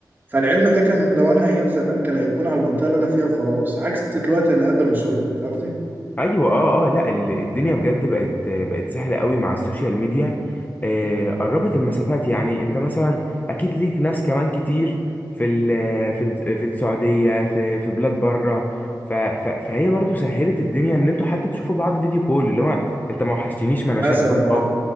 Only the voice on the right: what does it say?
فالعلم ده كان لو انا ايام زمان كان هيكون على المنطقه اللي انا فيها وخلاص عكس دلوقتي انا قادر انشره فاهم قصدي
مثلا اه